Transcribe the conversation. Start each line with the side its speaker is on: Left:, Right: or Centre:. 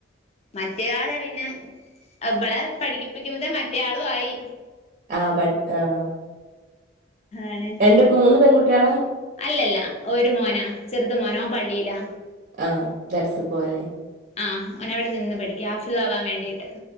Left: മറ്റയാളെ പിന്നെ ഇവളെ പഠിപ്പിക്കുമ്പത്തേ മറ്റേയാളും ആയി
Right: ആഹ് പട് ആഹ് ആഹ്
Left: ആണ്
Right: രണ്ട് മൂന്ന് പെൺകുട്ടികളാ
Left: അല്ലല്ല ഒരു മോനാ ചെറ്ത് മോനോ ഓൻ പള്ളിയിലാ
Right: ആഹ് <unintelligible> പോലെ
Left: ആഹ് ഓനവിടെ നിന്ന് പഠിക്കാ <unintelligible> താവാൻ വേണ്ടീട്ട്